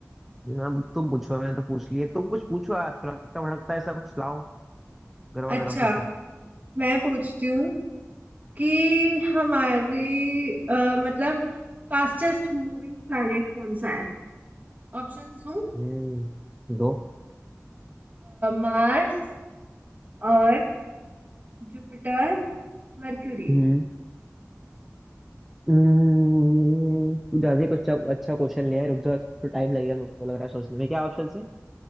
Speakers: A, in the centre; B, on the right.
A: अब तुम पूछो मैंने तो पूछ लिए तुम कुछ पूछो यार तड़कता भड़कता ऐसा कुछ लाओ गर्मा
B: अच्छा
A: गर्म पूछो
B: मैं पूछती हूँ कि हमारी अ, मतलब फास्टेस्ट मूविंग प्लैनेट कौन सा है ऑप्शंस दूं
A: हम्म दो
B: Mars Earth Jupiter Mercury
A: हम्म हम्म, कुछ ज्यादा ही कुछ अच्छा अच्छा क्वेश्चन लिया है रुक जाओ थोड़ा टाइम लगेगा मेरे को लग रहा है सोचने में क्या ऑप्शन से